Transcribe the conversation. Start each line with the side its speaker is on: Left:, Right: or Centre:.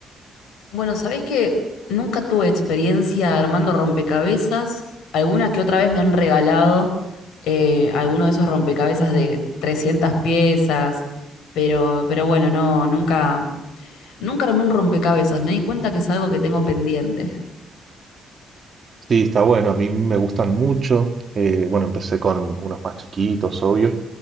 Left: Bueno, sabés que nunca tuve experiencia armando rompecabezas. Alguna que otra vez me han regalado eh, alguno de esos rompecabezas de 300 piezas, pero, pero bueno, no, nunca, nunca armé un rompecabezas. Me di cuenta que es algo que tengo pendiente.
Right: Sí, está bueno, a mí me gustan mucho. Eh, bueno, empecé con unos más chiquitos, obvio,